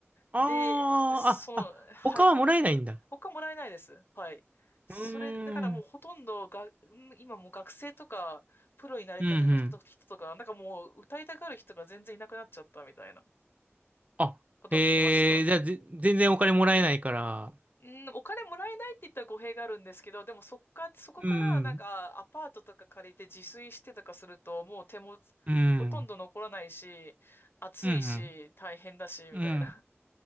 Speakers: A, on the right; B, on the left.
A: ああ、
B: で、その、
A: あ、あ、
B: はい。
A: 他はもらえないんだ。
B: 他もらえないです。はい。それ、
A: うー
B: だからもうほとんどが、
A: ん。
B: うん今もう学生とか、プロになりたての人、
A: うんうん。
B: 人とか、なんかもう歌いたがる人が全然いなくなっちゃったみたいな
A: あ、
B: ことを聞きました。
A: へえ、じゃあ、ぜ全然お金もらえないから。
B: うん、お金もらえないって言ったら語弊があるんですけど、でもそっか、そこからなんかアパートとか借りて自炊してとかすると、
A: うん。
B: もう手も
A: うん。
B: ほとんど残らないし、暑いし、
A: うんうん。
B: 大変だし、みたいな。
A: うん。